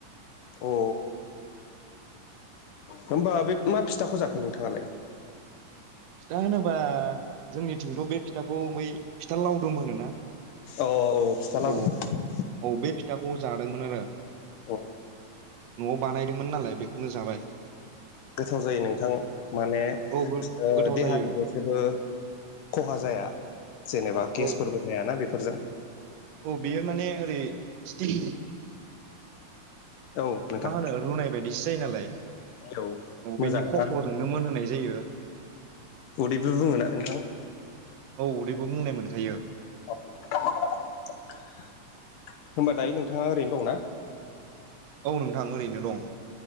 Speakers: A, on the left; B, on the right.
A: अ। होमबा बे मा फिथाखौ जाखो नोंथाङालाय?
B: फिथा होनोबा जोंनिथिंथ' बे फिथाखौ बै फिथा लाउदुम होनोना।
A: औ औ पिथा लावदुम।
B: औ औ बे फिथाखौ जादोंमोन आरो।
A: औ।
B: न'आव बानायदोंमोन नालाय बेखौनो जाबाय।
A: गोथाव जायो नोंथां माने
B: औ
A: फि
B: गोथाव
A: देहानिबो
B: जायो
A: जेबो खहा जाया जेनेबा गेसफोरबो
B: औ
A: जायाना बेफोरजों।
B: औ बेयो माने ओरै स्ति
A: औ नोंथां
B: मा होनो रुनाय बायदिसो जायो नालाय
A: औ मोजां
B: बेनि खफ'जोंनो
A: आरो
B: मोनहोनाय जायो।
A: उदैबो बुङोना नोंथां?
B: औ उदैबो बुंनाय मोनखायो।
A: <unintelligible> होनबा दायो नोंथाङा ओरैनो दंना?
B: औ नोंथां ओरैनो दं।